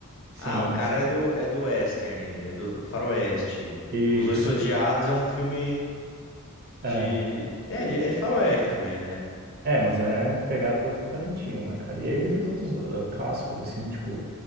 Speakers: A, on the right (about 45°); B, on the left (about 60°).
A: sim,
B: Ah, o cara
A: sim.
B: é do, é do Western, ele é do, do Faroeste.
A: Isso.
B: Os Oito Odiados é um filme de.
A: É.
B: É, de, é de Faroeste também, né?
A: É, mas é pegada Tarantino, né, cara? E aí ele fez outros ah, clássicos, assim, tipo,